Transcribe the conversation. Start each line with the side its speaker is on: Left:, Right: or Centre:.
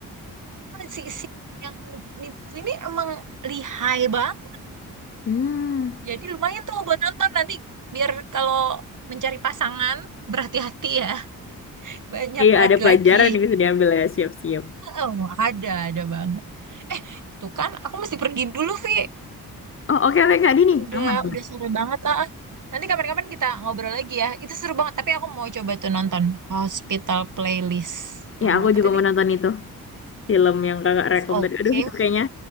Right: Kan si si orang yang nipu ini emang lihai bang.
Left: Hmm.
Right: Jadi lumayan tuh buat nonton nanti biar kalau mencari pasangan berhati-hati ya. <laughs> Banyak
Left: Iya
Right: laki-laki.
Left: ada pelajaran yang bisa diambil ya siap-siap.
Right: Oh, ada ada banget. Eh, tuh kan aku mesti pergi dulu, Vi.
Left: Oh oke oke Kak Dini
Right: Udah
Left: aman.
Right: udah sore banget ah. Nanti kapan-kapan kita ngobrol lagi ya. Itu seru banget, tapi aku mau coba tuh nonton Hospital Playlist sama
Left: Ya aku
Right: apa
Left: juga
Right: tadi?
Left: mau nonton itu
Right: It's,
Left: film yang kakak
Right: it's
Left: rekom
Right: okay
Left: tadi. Aduh itu kayaknya